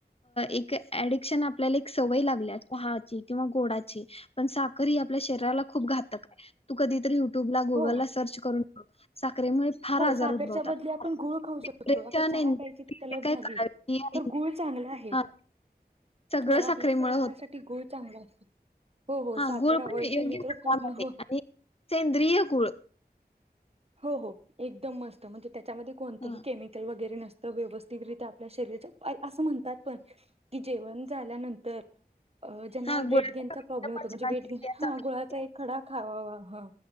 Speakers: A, on the left (about 35°); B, on the right (about 35°).
A: एक ऍडिक्शन आपल्याला सवय लागल्या चहाची किंवा गोडाची पण साखर ही आपल्या शरीराला खूप घातक आहे तू कधीतरी युट्यूबला गुगलला
B: हो
A: ला सर्च करून साखरेमुळे फार
B: हो
A: आजार
B: साखरच्या
A: उद्भवतात
B: बली आपण गुळ खाऊ
A: डिप्रेशन
B: शकतो आता चहा
A: एन्झायटी
B: प्यायची तलब
A: जे काय
B: झाली
A: काळजी आहे
B: गूळ चांगला आहे
A: हा सगळं
B: हो
A: साखरेमुळे
B: आपल्या
A: होत
B: साठी गूळ चांगला अस हो हो
A: हा
B: साखर
A: गुळ
B: अवॉइड
A: पण योग्य
B: केली तर
A: प्रमाणात
B: पूर्ण हो
A: आणि सेंद्रिय गुळ
B: हो हो एकदम मस्त म्हणजे त्याच्यामध्ये कोणतही
A: हा
B: केमिकल वगैरे नस व्यवस्थित रित आपल्या शरीरा असं म्हणतात पण की जेवण झाल्यानंतर ज्यांना
A: हा
B: वेट
A: गुळाच्या
B: गेन चा प्रॉब्लेम होतो
A: पचनात
B: म्हणजे वेट
A: क्रिया
B: गेन हा
A: चांगल्या
B: गुळाचा
A: होत्या.
B: एक खडा खावावा ह